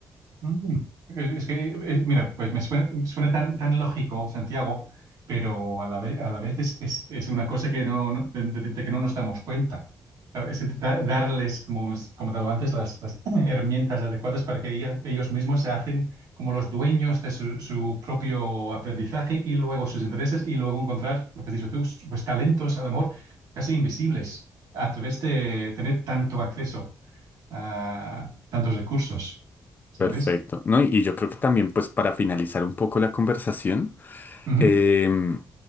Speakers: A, on the right; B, on the left.
A: Mm, eh, Es que, eh, mira, pues me suena, suena tan, tan lógico, Santiago, pero a la vez, a la vez es, es, es una cosa que no, no- de, de- de que no nos damos cuenta. Claro, Es intentar darles, como, es- como te digo antes, las, las <clears throat> herramientas adecuadas para que ella- ellos mismos se hacen como los dueños de su, su propio aprendizaje y luego sus intereses y luego encontrar, lo que has dicho tú, pues talentos, al amor casi invisibles a través de tener tanto acceso a tantos recursos, ¿sabes?
B: Perfecto, ¿no? Y y yo creo que también, pues para finalizar un poco la conversación,
A: Ujú,
B: Em,